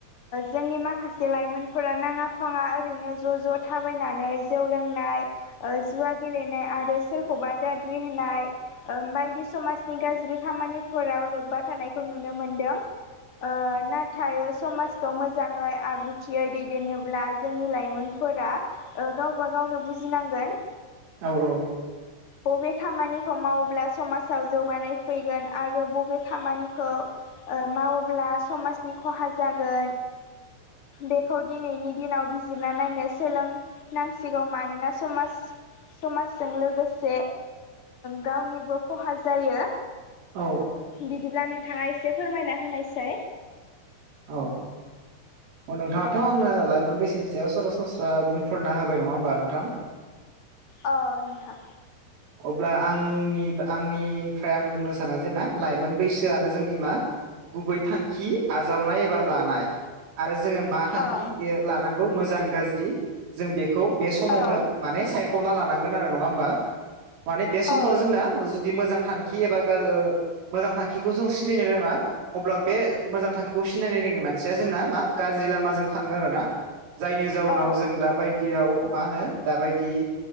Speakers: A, on the left (about 30°); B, on the right (about 65°).
A: जोंनि माखासे लाइमोनफोरा नाङा फाङा ओरैनो ज' ज' थाबायनानै जौ लोंनाय ओ जुवा गेलेनाय आरो सोरखौ दाद्रि होनाय बायदि समाजनि गाज्रि खामानिफोराव लोब्बा थानायखौ नुनो मोनदों ओ नाथायो समाजखौ मोजाङै आब्रुथियै दैदेननोब्ला जोंनि लाइमोनफोरा गावबा गावनो बुजिनांगोन
B: औ औ
A: बबे खामानिखौ मावोब्ला समाजाव जौगानाय फैगोन आरो बबे खामानिखौ मावोब्ला समाजनि खहा जागोन बे खौ दिनैनि दिनाव बिजिरना नायनो सोलोंनांसिगौ मानोना समाज समाजजों लोगोसे गावनिबो खहा जायो
B: औ
A: बिदिब्ला नोंथाङा एसे फोरमायना होनायसै
B: औ अ नोंथाङाथ'
A: औ
B: आंनो लाइमोन बैसोनि सायाव सरासनस्रा बुंफोरना होबाय नङा होमबा नोंथां
A: अ नोंथां
B: अब्ला आंनि आंनिफ्राय आं बुंनो सानो जे मा लाइमोन बैसोआनो जोंनि मा गुबै थांखि आजावनाय लानाय आरो जोङो मा थांखि
A: औ
B: लानांगौ मोजां गाज्रि जों बेखौ बे समावनो
A: औ
B: माने सायख'ना लानांगोन आरो नङा होमबा माने बे समावनो
A: औ
B: जोंना जुदि मोजां थांखि एबा मोजां थांखिखौ जों सिनायनो रोङा अब्ला बे मोजां थांखिखौ सिनायनो रोङो मानसिया जोंना मा गाज्रि लामाजों थाङो आर ना जायनि जाउनाव
A: औ
B: जों दा बायदियाव मा होनो दाबायदि